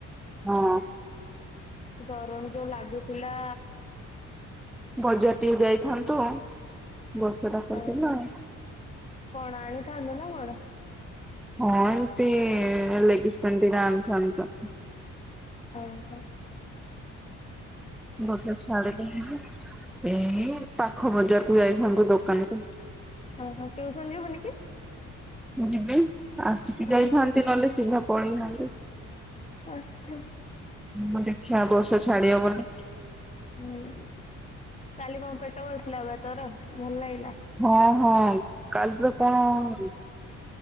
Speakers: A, in the centre; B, on the left.
A: ହଁ।
B: ଗରମ ଯୋଉ ଲାଗୁଥିଲା
A: ବଜାର ଟିକେ ଯାଇଥାନ୍ତୁ। ବର୍ଷା ଟା କରିଦେଲା
B: ଆଜ୍ଞା
A: ଆଉ।
B: କଣ ଆଣିଥାନ୍ତୁ ନା କଣ?
A: ହଁ ଏମିତି ଲେଗ୍ସ୍ ପ୍ୟାଣ୍ଟ ଦିଟା ଆଣିଥାନ୍ତି ତ
B: ଓ ହୋ।
A: ବର୍ଷା ଛାଡୁ ଟିକେ ତ ଏଇ ପାଖ ବଜାରକୁ ଯାଇ ହାନ୍ତୁ ଦୋକାନକୁ
B: ଓହୋ ଟିଉସନ ଯିବୁନି କି?
A: ଯିବି ଆସିକି ଯାଇଥାନ୍ତି
B: ଓହୋ
A: ନହେଲେ ସିଧା ପଳେଇଥାନ୍ତି।
B: ଆଚ୍ଛା।
A: ହୁଁ ଦେଖିବା ବର୍ଷା ଛାଡ଼ିବ ବୋଲେ
B: ହୁଁ କାଲି କଣ ପେଟ କାଟୁଥିଲା ବା ତୋର ତୋର ଭଲ ଲାଗ
A: ହଁ ହଁ, କାଲ୍ ତ କଣ?